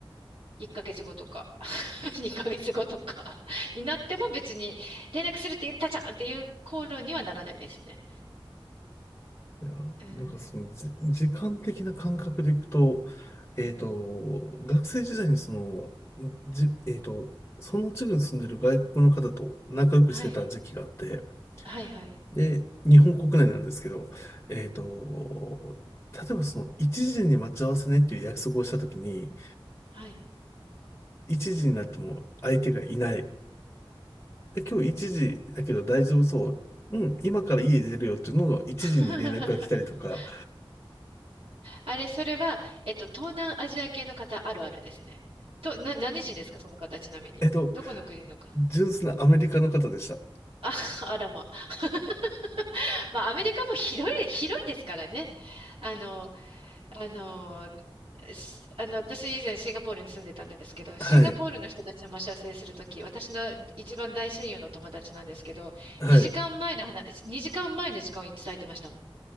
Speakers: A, on the right; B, on the left.
A: 1ヶ月後とか、<laughs> 2ヶ月後とか <laughs> になっても別に、連絡するって言ったじゃんっていう口論にはならないですね。
B: いや、
A: うん。
B: なんかその、じ時間的な感覚でいくと、
A: うん
B: えっと、学生時代にその、じ、えっと、その地区に住んでる外国の方と仲良くしてた時期があって、
A: はい。はいはい。
B: で、日本国内なんですけど、えっと、例えばその一時に待ち合わせねっていう約束をしたときに、
A: はい。
B: 一時になっても相手がいない。で、今日一時だけど大丈夫そう。うん、今から家出るよっていうのが一時に連絡が来たりとか、
A: <laughs> あれ、それは、えっと、東南アジア系の方あるあるですね。と、な、何人ですか、その方、ちなみに。
B: えっと、
A: どこの国のか。
B: 純粋なアメリカの方でした。
A: あ、<laughs> あらま。<laughs> まあ、アメリカも広い、広いですからね。あの、あの、すあの、私以前シンガポールに住んでたんですけど、シンガポールの人たちが待ち合わせするとき、
B: はい、
A: 私の一番大親友の友達なんですけど、
B: はい。
A: 2時間前の話、2時間前の時間を伝えてましたもん。